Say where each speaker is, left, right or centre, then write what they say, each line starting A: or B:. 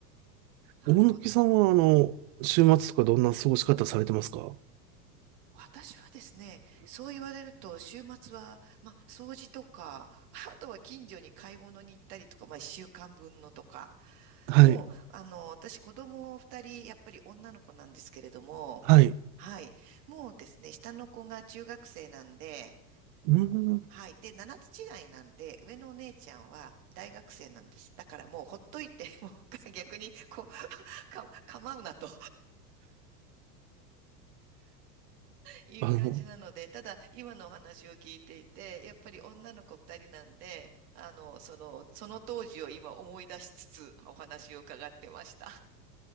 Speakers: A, on the right (about 70°); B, on the right (about 40°).
A: なるほど。
B: 大貫さんは、あの、週末とかどんな過ごし方されてますか
A: 私はですね、そう言われると、週末は、まあ、掃除とか、<laughs> あとは近所に買い物に行ったりとか、まあ、一週間分のとか。
B: はい。
A: もう、あの、私、子供二人、やっぱり女の子なんですけれども、
B: はい。
A: はい。もうですね、下の子が中学生なんで、
B: うーん。
A: はい。で、7つ違いなんで、上のお姉ちゃんは大学生なんです。だからもうほっといて、もうか逆に、こう、<laughs> か、構うなと。いう感じなので、
B: あの、
A: ただ今のお話を聞いていて、やっぱり女の子2人なんで、あの、その、その当時を今思い出しつつお話を伺ってました。